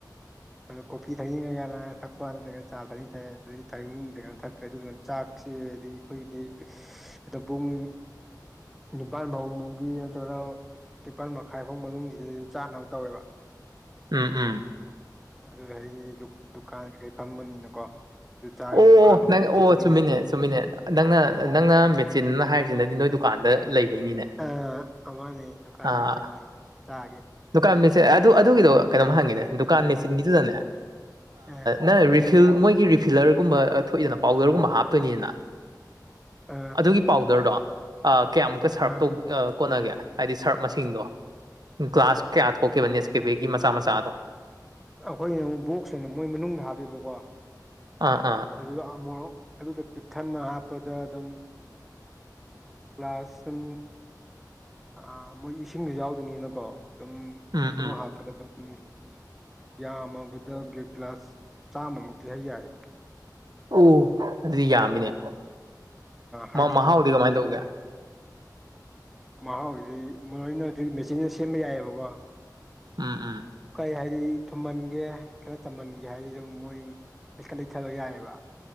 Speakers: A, in the centre; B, on the right.
A: ꯑꯗꯣ ꯀꯣꯐꯤ ꯊꯛꯅꯤꯡꯑꯒꯅ ꯊꯛꯄ ꯅꯠꯇ꯭ꯔꯒꯅ ꯆꯥ ꯊꯛꯅꯤꯡ ꯊꯛꯑꯦ ꯑꯗꯨꯒꯤ ꯊꯥꯛꯅꯤꯡꯗ꯭ꯔꯒꯅ ꯊꯛꯇ꯭ꯔꯦ ꯑꯗꯨꯗꯨꯒ ꯆꯥꯛꯁꯦ ꯑꯗꯩ ꯑꯩꯈꯣꯏꯒꯤꯗꯤ ꯑꯣ ꯄꯨꯡ ꯅꯤꯄꯥꯜ ꯐꯥꯎꯨꯒꯤ ꯅꯠꯇ꯭ꯔꯒꯅ ꯅꯤꯄꯥꯜ ꯃꯈꯥꯏ ꯐꯥꯎ ꯃꯅꯨꯡꯁꯤꯗ ꯑꯗꯨꯝ ꯆꯥꯅꯕ ꯇꯧꯋꯦꯕ
B: ꯎꯝ ꯎꯝ
A: ꯑꯗꯨ ꯍꯥꯏꯗꯤ ꯗꯨꯀꯥꯟ ꯀꯩ ꯀꯩ ꯐꯝꯃꯅꯤꯅꯀꯣ ꯑꯗꯨ ꯆꯥꯔꯤꯕ
B: ꯑꯣ
A: ꯗꯨꯀꯥꯟ ꯑꯃ
B: ꯅꯪ ꯑꯣ
A: ꯐꯝꯃꯅꯤ
B: ꯆꯨꯝꯃꯤꯅꯦ ꯆꯨꯝꯃꯤꯅꯦ ꯅꯪꯅ ꯅꯪꯅ ꯃꯦꯆꯤꯟꯅꯟꯅ ꯍꯥꯏꯔꯤꯁꯤꯅꯗꯤ ꯅꯣꯏ ꯗꯨꯀꯥꯟꯗ ꯂꯩꯕꯩꯅꯤꯅꯦ
A: ꯑ ꯑꯃꯅꯦ ꯗꯨꯀꯥꯟꯒꯤ
B: ꯑꯥ
A: ꯃꯆꯤꯟꯅ ꯆꯥꯒꯦ
B: ꯗꯨꯀꯥꯟ ꯃꯦꯆꯤꯟ ꯑꯗꯨ ꯑꯗꯨꯒꯤꯗꯣ ꯀꯩꯅꯣꯝ ꯍꯪꯉꯤꯅꯦ ꯗꯨꯀꯥꯟ ꯃꯦꯆꯤꯟꯒꯤꯗꯨꯗꯅꯦ
A: ꯑ
B: ꯅ ꯃꯣꯏꯒꯤ ꯔꯤꯐꯤꯂꯔꯒꯨꯝꯕ ꯊꯣꯛꯏꯗꯅ ꯄꯥꯎꯗꯔꯒꯨꯝꯕ ꯍꯥꯞꯇꯣꯏꯅꯤꯗꯅ
A: ꯑ
B: ꯑꯗꯨꯒꯤ ꯄꯥꯎꯗꯔꯗꯣ ꯑ ꯀꯌꯥꯃꯨꯛꯀ ꯁꯔꯞ
A: ꯑ
B: ꯇꯧ ꯑ ꯀꯣꯟꯅꯒꯦ ꯍꯥꯏꯗꯤ ꯁꯔꯞ ꯃꯁꯤꯡꯗꯣ꯫ ꯒ꯭ꯂꯥꯁ ꯀꯌꯥ ꯊꯣꯛꯀꯦꯕ ꯅꯦꯁꯀꯦꯐꯦꯒꯤ ꯃꯆꯥ ꯃꯆꯥꯗꯣ꯫
A: ꯑꯩꯈꯣꯏꯅ ꯑꯃꯨꯛ ꯕꯣꯛꯁ ꯑꫭꯏꯅ ꯃꯣꯏ ꯃꯅꯨꯡꯗ ꯍꯥꯞꯄꯤꯕꯀꯣ꯫
B: ꯑꯥ ꯑꯥ꯫
A: ꯑꯗꯨꯗ ꯑꯃꯣꯔꯣꯛ ꯑꯗꯨꯗ ꯄꯤꯛꯊꯟꯅ ꯍꯥꯞꯄꯗ ꯑꯗꯨꯝ ꯀ꯭ꯂꯥꯁ <inaudible> ꯑꯥ ꯃꯣꯏ ꯏꯁꯤꯡꯁꯨ ꯌꯥꯎꯗꫭꯏꯅꯤꯅꯀꯣ ꯑꯗꯨꯝ
B: ꯎꯝ
A: ꯑꯃ
B: ꯎꯝ
A: ꯍꯥꯞꯄꯗ ꯑꯗꯨꯝ ꯌꯥꯝꯃꯕꯗ ꯒ ꯒ꯭ꯂꯥꯁ ꯆꯥꯝꯃꯃꯨꯛꯇꯤ ꯍꯩ ꯌꯥꯏ꯫
B: ꯎ ꯑꯗꯨꯗꯤ ꯌꯥꯝꯃꯤꯅꯦ
A: ꯍꯥꯏꯗꯤ
B: ꯃ ꯃꯍꯥꯎꯗꯤ ꯀꯃꯥꯏꯅ ꯇꯧꯒꯦ꯫
A: ꯃꯍꯥꯎꯁꯤꯗꯤ ꯃꯔꯥꯏꯅ ꯑꯗꯨꯒꯤ ꯃꯦꯆꯤꯟꯗ ꯁꯦꯝꯕ ꯌꯥꯏꯑꯕꯀꯣ꯫
B: ꯎꯝ ꯎꯝ꯫
A: ꯀꯔꯤ ꯍꯥꯏꯗꯤ ꯊꯨꯝꯃꯟꯒꯦ ꯈꯔ ꯆꯝꯃꯟꯒꯦ ꯍꯥꯏꯁꯤ ꯑꯗꯨꯝ ꯃꯣꯏ ꯂꯩꯈꯠ ꯂꯩꯊ ꯂꯣ ꯌꯥꯏꯑꯦꯕ꯫